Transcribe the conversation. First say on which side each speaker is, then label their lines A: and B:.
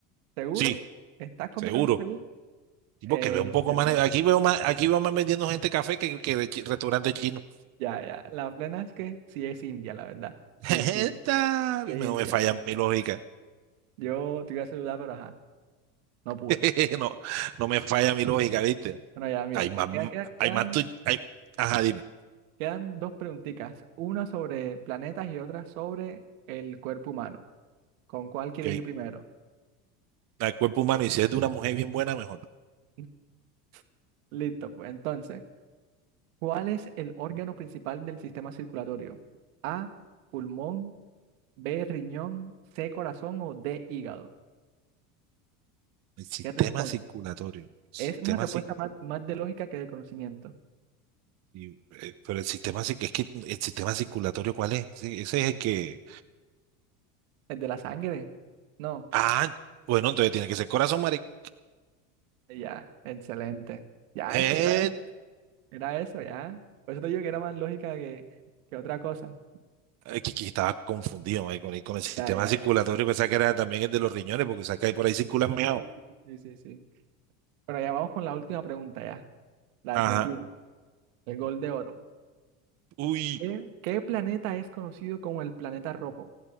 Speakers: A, on the right; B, on the right.
A: ¿seguro?
B: Sí,
A: ¿Estás completamente
B: seguro.
A: seguro?
B: Tipo
A: Eh,
B: que veo
A: Excelente.
B: un poco más. Aquí veo más, aquí veo más vendiendo gente café que, que de chi- restaurante chino.
A: Ya, ya. La plena es que sí es India, la verdad. Sí,
B: <laughs> Esta-
A: sí, sí es
B: No
A: India.
B: me falla mi lógica.
A: Yo te iba a saludar, pero ajá, no pude.
B: <laughs> No, no me falla mi lógica, ¿viste?
A: Bueno, ya, mira.
B: Hay más,
A: Quedan, quedan, quedan,
B: hay más tu- hay- ajá, dime.
A: quedan dos preguntitas. Una sobre planetas y otra sobre el cuerpo humano. ¿Con cuál quieres
B: Okay.
A: ir primero?
B: El cuerpo humano, y si es de una mujer bien buena, mejor.
A: <laughs> Listo, pues entonces, ¿cuál es el órgano principal del sistema circulatorio? A, pulmón, B, riñón, C, corazón o D, hígado.
B: El sistema
A: ¿Qué responde?
B: circulatorio. el Sistema
A: Es una respuesta
B: cir-
A: más, más de lógica que de conocimiento.
B: y, eh, Pero el sistema, cir- es que el sistema circulatorio, ¿cuál es? Ese ese es el que.
A: ¿El de la sangre? No.
B: Ah, bueno, entonces tiene que ser corazón, marica.
A: Ya, excelente. Ya,
B: Eh,
A: es que era, e- era eso, ya. Por eso te digo que era más lógica que, que otra cosa.
B: eh, que, que estaba confundido, eh, con, el, con el sistema
A: Ya, ya,
B: circulatorio,
A: ya.
B: pensaba que era también el de los riñones, porque sabes que ahí por ahí circulan meado.
A: Sí, sí, sí, sí, sí, sí. Bueno, ya vamos con la última pregunta, ya. La
B: Ajá.
A: definitiva. El gol de oro.
B: Uy.
A: ¿Qué, qué planeta es conocido como el planeta rojo?